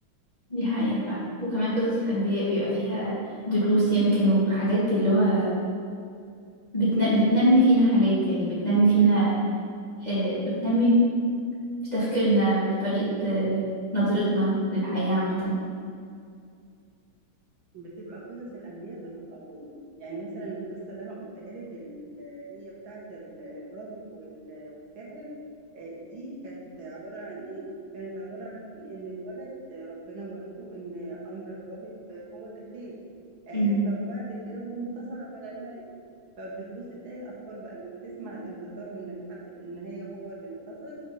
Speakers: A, on the left (about 25°); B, on the right (about 65°).
A: دي حقيقة فعلا وكمان قصص الأنبياء بيبقى فيها دروس يمكن وحاجات اللي هو بتن... بتنمي فينا حاجات يعني بتنمي فينا آه، بتنمي في تفكيرنا في طريقة آه، نظرتنا للحياة عامة
B: بتبقى قصص الأنبياء بتبقى قدوة يعني مثلا القصة اللي أنا قلتها لك اللي هي بتاعة ال- الراهب وال- والساحر آه، دي كانت عبارة عن إيه؟ كانت عبارة عن إن الولد ربنا وراه إن أمر الراهب هو اللي خير آه،
A: امم
B: فبعد كده هو انتصر على الملك فبتبص تلاقي الأطفال بقى لما تسمع الانتصار وإن الحق في النهاية هو اللي انتصر